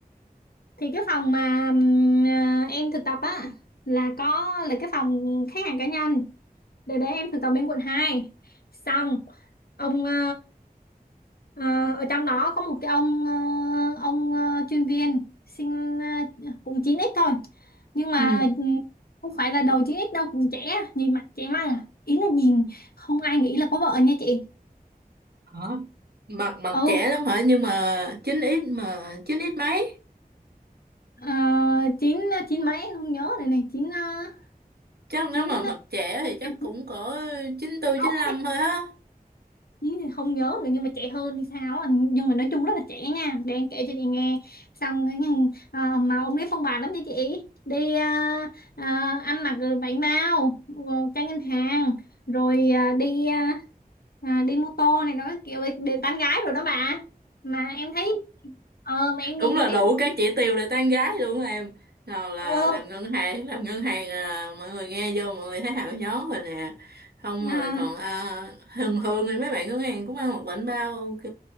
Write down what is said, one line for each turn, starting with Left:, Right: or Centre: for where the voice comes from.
Left: thì cái phòng mà ừm, à, em thực tập á là có là cái phòng khách hàng cá nhân để để em thực tập bên quận hai xong ông ờ, ờ, ở trong đó có một cái ông ờ, ông ờ, chuyên viên sinh ờ, cũng chín x thôi nhưng mà
Right: ừ.
Left: ừm, không phải là đầu chín x đâu cũng trẻ nhìn mặt trẻ măng à. ý là nhìn không ai nghĩ là có vợ nha chị
Right: Hả? Mặt mặt
Left: ừ
Right: trẻ lắm hả Nhưng mà chín ít mà chín ít mấy
Left: ờ, chín chín mấy em không nhớ rồi này chín ờ,
Right: Chắc nếu
Left: chín
Right: mà mặt
Left: ờ,
Right: trẻ thì chắc
Left: à,
Right: cũng
Left: chín
Right: có chín tư
Left: sáu
Right: chín 95 thôi á
Left: Ý là không nhớ nữa nhưng mà trẻ hơn thì sao á. nhưng mà nói chung rất là trẻ nha đang kể cho chị nghe xong cái à, mà ông ấy phong bạt lắm nha chị đi à, à, ăn mặc rồi bánh bao rồi tranh ngân hàng rồi à, đi à, à, đi mô tô này nó kiểu đi, đi tán gái rồi đó bà mà em thấy ờ mà em
Right: đúng
Left: nhìn
Right: là
Left: thấy
Right: đủ các chỉ tiêu để tán gái luôn á em nào là
Left: ờ
Right: làm ngân hàng làm ngân hàng à, mọi người nghe vô mọi người thấy hào gió rồi nè không
Left: à,
Right: rồi còn à, thường thường thì mấy bạn ngân hàng cũng ăn mặc bảnh bao ok